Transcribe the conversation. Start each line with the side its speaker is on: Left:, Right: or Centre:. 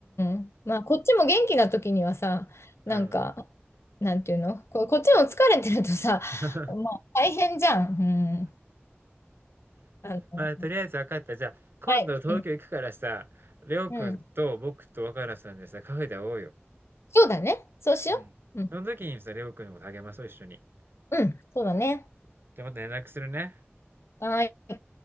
Left: ん、まあ、こっちも元気な時にはさ、
Right: うん。
Left: なんか、なんていうの、こ、こっちも疲れてるとさ、
Right: <laughs>
Left: まあ、大変じゃん。うん。あの、
Right: まあ、とりあえず分かった。じゃあ、今度東京行くからさ、
Left: はい。うん。
Right: レオくんと僕と若菜さんでさ、
Left: うん
Right: カフェで会おうよ。
Left: そうだね。そうしよう。
Right: うん。
Left: うん。
Right: その時にさ、レオくんのこと励まそう、一緒に。
Left: うん。そうだね。
Right: じゃあまた連絡するね。
Left: はーい。